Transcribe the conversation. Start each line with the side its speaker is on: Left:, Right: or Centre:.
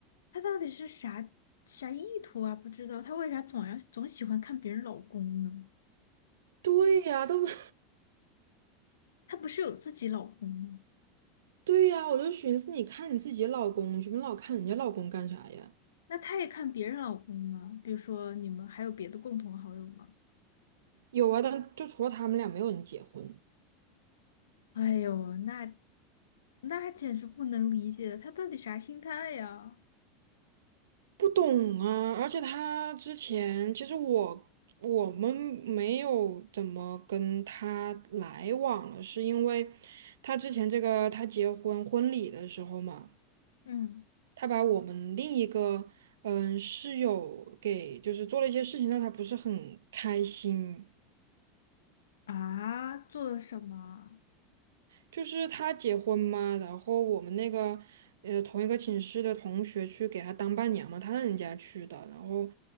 Left: 他到底是啥啥意图啊？不知道他为啥总要总喜欢看别人老公呢？
Right: 对呀，都 <laughs>
Left: 他不是有自己老公吗？
Right: 对呀，我就寻思，你看你自己老公去，你老看人家老公干啥呀？
Left: 那他也看别人老公吗？比如说你们还有别的共同好友吗？
Right: 有啊，但就除了他们俩，没有人结婚。
Left: 哎呦，那那简直不能理解了，他到底啥心态呀？
Right: 不懂啊，而且他之前其实我我们没有怎么跟他来往了，是因为他之前这个他结婚婚礼的时候嘛，
Left: 嗯
Right: 他把我们另一个嗯室友给就是做了一些事情，让他不是很开心。
Left: 啊，做了什么
Right: 就是他结婚嘛，然后我们那个呃同一个寝室的同学去给他当伴娘嘛，他让人家去的，然后